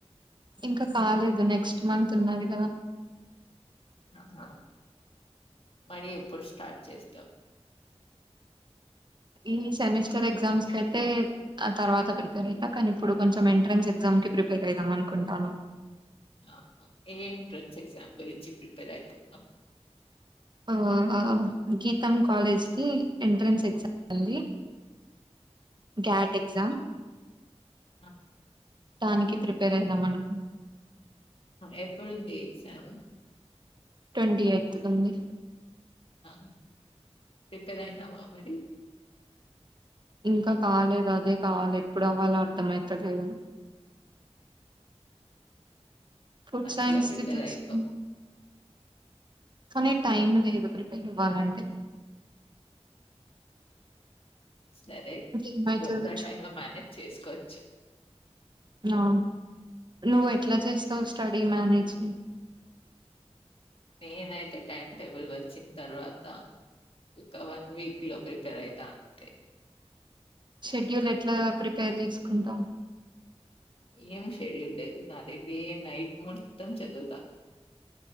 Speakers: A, on the right; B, on the left.
A: ఇంకా కాలేదు నెక్స్ట్ మంత్ ఉన్నది కదా
B: ఆహా మరి ఎప్పుడు స్టార్ట్ చేస్తాం
A: ఈ సెమిస్టర్ ఎగ్జామ్స్ క అయితే తర్వాత ప్రిపేర్ అవుతా కానీ ఇప్పుడు కొంచెం ఎంట్రెన్స్ ఎగ్జామ్ కి ప్రిపేర్ అయిదాం అనుకుంటాను
B: ఆ ఏ ఎంట్రన్స్ ఎక్సామ్ గురించి ప్రిపేర్యింద
A: ఆ గీతం కాలేజ్కిి ఎంట్రెన్స్ ఎగ్జామ్ ఉంది గ్యాట్ ఎక్జామ్
B: ఆ
A: దానికి ప్రిపేర్ అయిదాం అనుకో
B: ఎప్పుడుంది ఎగ్జామ్
A: ట్వంటీ ఎయిత్ క అంది
B: ఆ ప్రిపేర్ అయినావా మరి
A: ఇంకా కాలేదు అదే కావాలి ఎప్పుడు అవలో అర్థమయితలేదు ఫుడ్
B: మంచిగా
A: సైన్స్ి
B: ప్రిపేర్
A: తీసుకున్నా
B: అయిపో.
A: కానీ టైం లేదు ప్రిపేర్ ఇవ్వాలంటే
B: సరే
A: ఏమైతదో
B: కొంత టైమ్ లో మేనేజ్ చేసుకోవచ్చు
A: ఆ నువ్వు ఎట్లా చేస్తావు్ స్టడీ మేనేజ్
B: నేనైతే టైమ్ టేబుల్ వచ్చిన తర్వాత ఒక వన్ వీక్ లో ప్రిపేర్ అయితా అంతే
A: షెడ్యూల్ ఎట్లా ప్రిపేర్ చేసుకుంటాం
B: ఏం షెడ్యూల్ లేదు నాది డే నైట్ మొత్తం చదువుతా